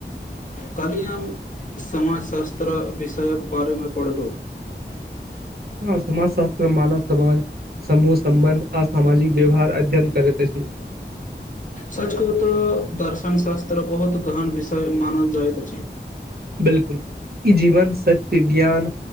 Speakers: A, on the left; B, on the right.
A: काली हम -हम समाज शास्त्र विषयक बारेमे पढ़लहुँ। <unintelligible>
B: हँ समाजशास्त्र मानव समाज समूह समबन्ध आ सामाजिक व्यवहार अध्ययन करैत छै। <unintelligible>
A: सचको तऽ दर्शन शास्त्र बहुत गहन विषय मानल जाइतइत अछि। <unintelligible>
B: बिलकुल ई जीवन सत्य ज्ञान